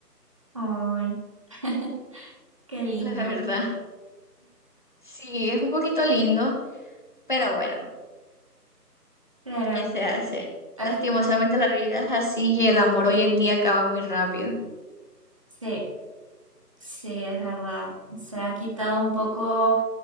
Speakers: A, on the right; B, on the left.
A: Ay, <laughs> qué lindo.
B: <laughs> la verdad. Sí, es un poquito lindo, pero bueno,
A: Claro,
B: ¿qué se hace?
A: al
B: Lastimosamente
A: final,
B: la vida es así y el amor hoy en día acaba muy rápido.
A: sí, sí, es verdad. Se ha quitado un poco